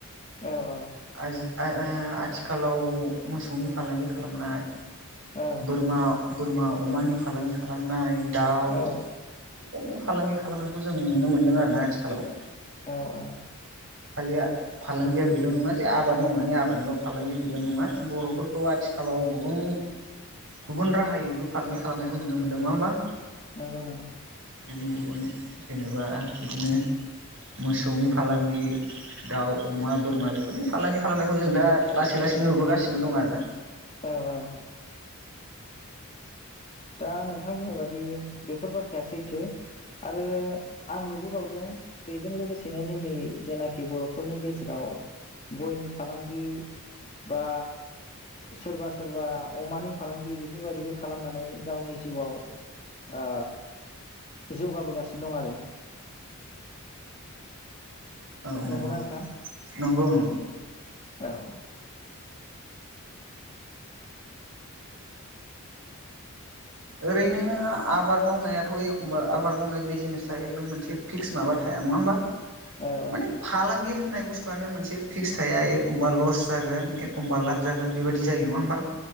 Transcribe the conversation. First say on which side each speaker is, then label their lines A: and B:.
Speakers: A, on the left; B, on the right.
A: औ औ
B: आजि आ ओ आथिखालाव मोसौनि फालांगि खालामनाय
A: औ
B: बोरमा, बोरमा, अमानि फालांगि खालामनाय दाउ <unintelligible>
A: औ
B: फालांगि खालामनायखौ जों नुनो मोन्दों आरोना आथिखालाव।
A: औ औ।
B: खालिआ फालांगिया बेल' नङा जे आबाद मावनानै आबादनिल' फालांगि बेल' नङा बर'फोरखौ आथिखालाव गुबुन गुबुन राहायैबो फालांगि खालामनायखौ नुनो मोनदों। नङा होमबा?
A: नंगौ नंगौ
B: गुबुन गुबुन जेनेबा बिदिनो मोसौनि फालांगि दाउ, अमा, बोरमा बेफोरनि फालांगि खालामनायखौ जों दा लासै लासै नुबोगासिनो दं आरोना।
A: औ औ। दा नोंथां बुंनाय बादि बेफोर बाथ्राया सैथो आरो आं नुबोबावदों बेजों लोगोसेनो जोंनि जेनाखि बर'फोरनि गेजेराव गयनि फालांगि बा सोरबा सोरबा अमानि फालांगि बेफोरबायादिबो खालामनानै गावनि जिउआव ओ जौगाबोगासिनो दं आरो।
B: औ नंगौ
A: नंगौना नोंथां
B: नंगौ नंगौ।
A: औ।
B: ओरैनो आबाद मावनायाथ' एखमबा आबाद मावनाय बिजनेसा एकदम मोनसे फिक्स माबा थाया नङा होमबा।
A: औ
B: माने फालांगि होननाय बु स्थुआनो मोनसे फिक्स थाया एखमब लस जागोन एखमबा लाब जागोन बेबायदि जायो नङा होमबा।